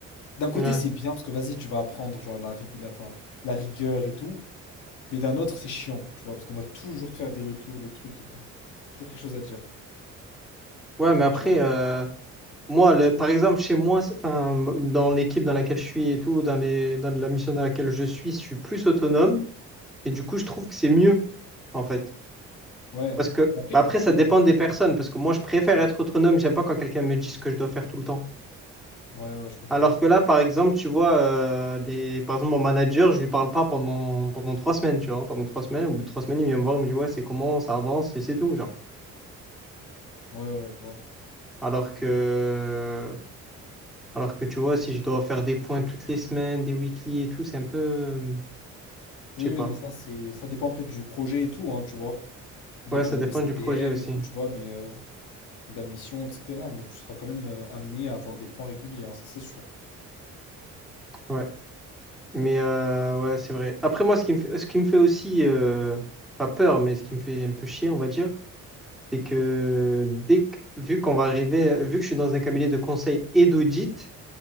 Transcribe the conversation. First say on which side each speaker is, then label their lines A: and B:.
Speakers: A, on the left; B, in the centre.
A: D'un côté,
B: ouais,
A: c'est bien, parce que vas-y, tu vas apprendre, genre, la régula... enfin, la rigueur et tout. Mais d'un autre, c'est chiant, tu vois, parce qu'on va toujours te faire des retours, des trucs et tout. Toujours quelque chose à dire,
B: ouais, mais après,
A: tu vois.
B: euh, moi, le, par exemple, chez moi, c'est- enfin, dans l'équipe dans laquelle je suis et tout, dans les, dans la mission dans laquelle je suis, je suis plus autonome et du coup, je trouve que c'est mieux, en fait.
A: Ouais.
B: Parce que
A: Bon, Après,
B: bah, après, ça
A: il
B: dépend
A: y a-
B: des personnes, parce que moi, je préfère
A: c'est vrai.
B: être autonome, j'aime pas quand quelqu'un me dit ce que je dois faire tout le temps.
A: Ouais, ouais, je comprends.
B: Alors que là, par exemple, tu vois, euh, les... par exemple, mon manager, je lui parle pas pendant, pendant trois semaines, tu vois. Pendant trois semaines, au bout de trois semaines, il vient me voir, il me dit, ouais, c'est comment, ça avance, et c'est tout, genre.
A: Ouais, ouais, je vois.
B: Alors que, alors que, tu vois, si je dois faire des points toutes les semaines, des weekly et tout, c'est un peu, euh, je
A: Oui,
B: sais pas.
A: oui, non, mais ça, c'est, ça dépend après du projet et tout, hein, tu vois. De
B: Ouais,
A: ton
B: ça dépend
A: CDM
B: du projet aussi.
A: et tout, tu vois, mais euh, de la mission, etc. Mais tu seras quand même euh, amené à avoir des points réguliers, hein, ça, c'est sûr.
B: Ouais. Mais, euh, ouais, c'est vrai. Après, moi, ce qui me fait, ce qui me fait aussi, euh, pas peur, mais ce qui me fait un peu chier, on va dire, c'est que dès que, vu qu'on va arriver, vu que je suis dans un cabinet de conseil et d'audit,